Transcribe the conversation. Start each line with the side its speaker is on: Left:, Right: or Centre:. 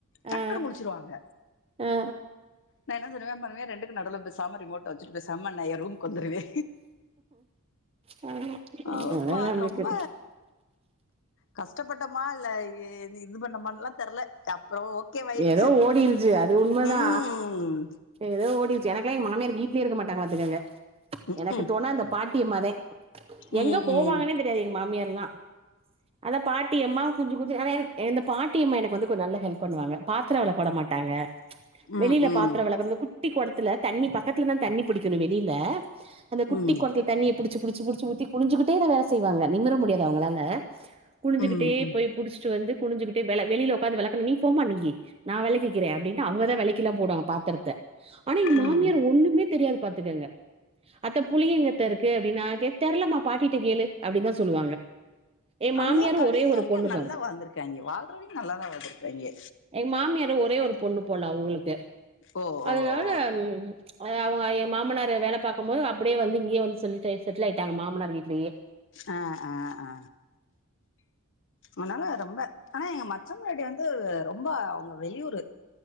Left: டக்குனு
Right: அ
Left: முழிச்சிருவாங்க
Right: அ
Left: நா என்ன தெரியுமா பண்ணுவே ரெண்டுக்கு நடுவுல பேசாம ரிமோட்ட வச்சுட்டு பேசாம நா ஏ ரூமு வந்துருவே
Right: அ
Left: ஆ
Right: அதா
Left: பா
Right: நம்மளுக்கு
Left: ரொம்ப க கஷ்டப்பட்டமா இல்ல இ இது இது பண்ணமான்லா தெர்ல அப்றோ ஓகேவாயிருச்சு
Right: எதோ ஓடிருச்சு அது உண்மதா
Left: ம்
Right: எதோ ஓடிரு ச்சு எனக்கல்லா எங்க மாமியார் வீட்லயே இருக்க மாட்டாங்க பாத்துக்கங்க
Left: ம்ஹூம்
Right: எனக்கு தொண இந்த பாட் டியம்மாதே
Left: ம்
Right: எங்க போவாங்கன்னே
Left: ம்
Right: தெரியாது எங்க மாமியார் எல்லா அதா பாட்டியம்மா கொஞ்ச கொஞ்ச ஆனா எனக் இந்த பாட்டியம்மா எனக்கு வந்து கொஞ்ச நல்ல ஹெல்ப் பண்ணுவாங்க பாத்ரோ வெளக்க விடமாட்டாங்க
Left: ம்
Right: வெளில
Left: ம்
Right: பாத்தரோ வெளக்குறது கு ட்டி கொடத்துல தண்ணி பக்கத்துலதா தண்ணி புடிக்கணு வெளில அந்த குட்டி
Left: ம்
Right: கொடத்துல தண்ணிய புடிச்சி‌ புடிச்சி புடிச்சி ஊத்தி குனிஞ்சுக்கிட்டேதா வேல செய்வாங்க நிமிர முடியாது அவங்களால குனிஞ்சுக்கிட்டே
Left: ம் ம்
Right: போய் புடிச்சிட்டு வந்து குனிஞ்சுக்கிட்டே வெள வெளில உக்காந்து வெளக்கனு நீ போம்மா நீயி நா வெளக்கிக்கிறே அப்டின்ட்டு அவங்கதா வெளக்கில்லா போடுவாங்க பாத்தரத்த ஆனா எங்க
Left: ம்
Right: மாமியார் ஒண்ணுமே தெரியாது பாத்துக்கங்க அத்த புளி எங்கத்த இருக்கு அப்டின்னா அது தெர்லமா பாட்டிட்ட கேளு அப்டின்தா சொல்லுவாங்க எ மாமியாரு
Left: அவய்ங்கல்லா கடைசி
Right: ஒரே ஒரு
Left: வரைக்கு
Right: பொண்ணு
Left: நல்லா வாழ்ந்திருக்காய்ங்க வாழ்றவிங்க நல்லாதா வாழ்ந்திருக்காய்ங்க
Right: எங் மாமியாரு ஒ ரே ஒரு பொண்ணு போல அவங்களுக்கு
Left: ஓ
Right: அதனால
Left: ஓ ஓ
Right: ம் ஆ அவங்க யேன் மாமனாரு வேல பாக்கும் போது அப்பிடியே வந்து இங்கயே வந்து சொல்ட்டு செட்டில் ஆயிட்டாங்க மாமனார் வீட்லயே
Left: ஆ ஆ ஆ அதனால ரொம்ப ஆனா எங்க மச்சா பொண்டாட்டி வந்து ரொம்ப அவங்க வெளியூரு